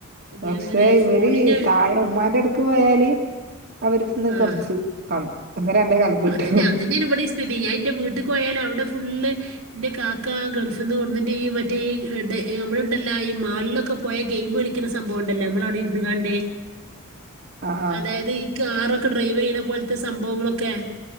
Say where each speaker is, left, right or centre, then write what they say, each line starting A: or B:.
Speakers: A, on the right; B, on the right.
A: അപ്പം
B: പക്ഷെ
A: ഞാൻ പറയാം ഈ
B: ഇവര്
A: ഫോണിന്
B: തായെ ഉമ്മാന്റെ അടു പോയാല് അവരിന്ന്
A: ആ
B: കൊറച്ച് കാണും അന്നേരന്റെ <unintelligible>
A: അതന്നെ അതന്നെയാണ് ഇവിടെ ഈ സ്ഥിതി ഞാൻ എൻ്റെ വീട്ടിക്കോയാല് അവിടെ ഫുള് എന്റെ കാക്ക ഗൾഫിൽന്ന് കൊട്ന്നിട്ട് ഈ മറ്റേ ടെ നമ്മളുണ്ടല്ല ഈ മാൾലൊക്കെ പോയ ഗെയിം കളിക്കുന്ന സംഭവംണ്ടല്ലോ നമ്മളവിടെ ഇരുന്ന് കാണ്ട്
B: ആ ആ
A: അതായത് ഈ കാറൊക്കെ ഡ്രൈവ് ചെയ്യണ പോലത്തെ സംഭവങ്ങളൊക്കെ